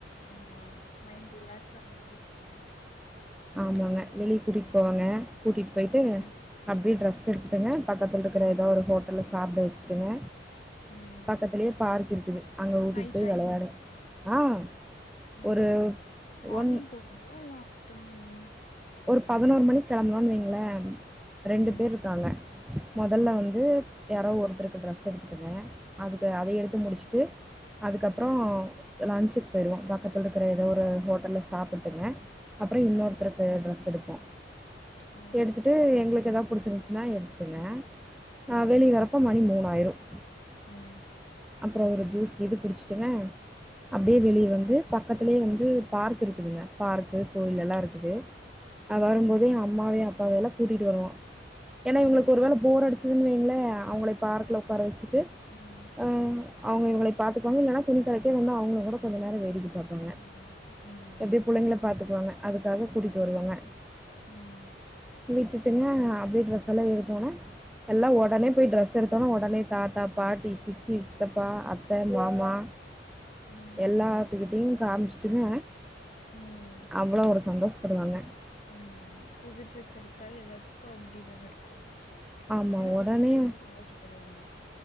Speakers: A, on the left; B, in the centre.
A: ஆமா மைண்ட் ரிலாக்ஸ் ஆன மாரி இருக்கும்
B: ஆமாங்க வெளிய கூட்டிட்டு போவாங்க
A: ம்.
B: கூட்டிட்டு போய்ட்டு
A: ம்.
B: அப்டியே ட்ரெஸ்
A: ம்.
B: எடுத்துட்டுங்க பக்கத்துல இருக்கிற ஏதோ ஒரு ஹோட்டல்ல சாப்ட வச்சுடுங்க
A: ம்.
B: பக்கத்திலயே பார்க் இருக்குது அங்க ஊட்டிட்டு
A: நைட்
B: போய்
A: ஆயிருமோ?
B: விளையாடும் ஆ
A: ம்
B: ஒரு
A: மார்னிங்
B: ஒன்
A: போவீங்களா இல்ல ஆஃப்டர்நூன் ஈவினிங்
B: ஒரு பதினோரு மணி கிளம்பலான்னு வைங்களே
A: ம்.
B: ரெண்டு பேர் இருக்காங்க முதல்ல
A: ம்.
B: வந்து யாரோ ஒருத்தருக்கு ட்ரெஸ் எடுத்துட்டுங்க அதுக்கு அத
A: ம்.
B: எடுத்து முடிச்சுட்டு அதுக்கப்பறோ
A: ம்.
B: லன்சிக்கு போயிருவோம் பக்கத்தில் இருக்கிற ஏதோ ஒரு ஹோட்டல சாப்பிட்டுங்க அப்றம்
A: ம்.
B: இன்னொருத்தருக்கு டிரஸ் எடுப்போம்
A: ஓ!
B: எடுத்துட்டு எங்களுக்கு ஏதாவது புடிச்சிருந்துச்சின்னா எடுத்துட்டுங்க
A: ம்.
B: ஆ வெளிய வரப்ப மணி மூணாயிரும்
A: ம்
B: அப்பறோ ஒரு ஜூஸ் எது குடிச்சுட்டுங்க அப்டியே
A: ம்.
B: வெளிய வந்து பக்கதுலயே வந்து பார்க் இருக்குதுங்க பார்க்கு கோயிலல்லாம் இருக்குது
A: ம்.
B: அ வரும்போதே
A: ம்.
B: என் அம்மாவையும் அப்பாவையும் எல்லாம் கூட்டிட்டு வருவோம் ஏன்னா
A: ம்.
B: இவங்களுக்கு ஒரு வேல போர் அடிச் சிதுன்னு வைங்களேன் அவங்கள பார்க்குல
A: ஆ.
B: உட்கார வச்சுட்டு
A: ம்.
B: அ அவ்ங்க இவங்களை பாத்துக்குவாங்க இல்லைன்னா துணி கடைக்கே வந்து அவங்கள கூட கொஞ்சம் நேரோ வேடிக்கை பாப்பாங்க
A: ம். ம்.
B: எப்டி புள்ளைங்களை பாத்துக்குவாங்க அதுக்காக கூட்டிட்டு வருவாங்க
A: ஆமா. ம்.
B: விட்டுட்டுங்க அப்டியே ட்ரெஸ் எல்லாம் எடுத்தவுனே எல்லாம் உடனே போயி ட்ரெஸ் எடுத்தவுன்னே உடனே தாத்தாப் பாட்டி சித்தி சித்தப்பா அத் த்த மாமா
A: ம்.
B: எல்லாத்துக்கிட்டயும் காமிச்சுட்டுங்க
A: ம்
B: அவ்ளோ ஒரு சந்தோஷப்படுவாங்க
A: ஆமா ஆமா புது ட்ரெஸ் எடுத்தாலே எல்லாத்துக்கும் அப்டிதானே இருக்கும்
B: ஆமா
A: சின்ன
B: ஒடனே
A: பசங்க எல்லாம் இன்னும் சந்தோஷப்படுவாங்க